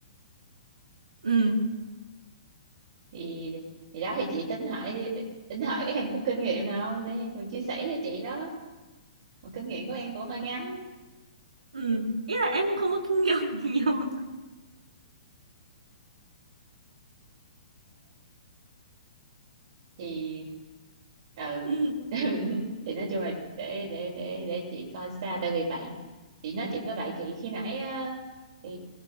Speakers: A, on the right; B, on the right.
A: ừ.
B: thì thì đó thì chị tính hỏi tính hỏi em có kinh nghiệm nào không để em còn chia sẻ cho chị đó mà kinh nghiệm của em cũng hơi ngắn
A: ừ. ý là em cũng không có kinh nghiệm <laughs> gì nhiều
B: thì ừ
A: ừ.
B: <laughs> thì nói chung là để để để để chị coi xa tại vì bạn chị nói chuyện với bạn chị khi nãy á, thì